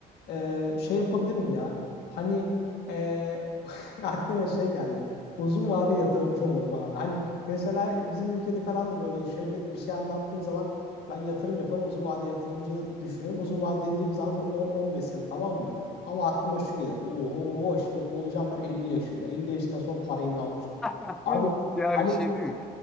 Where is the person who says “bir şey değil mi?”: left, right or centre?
Centre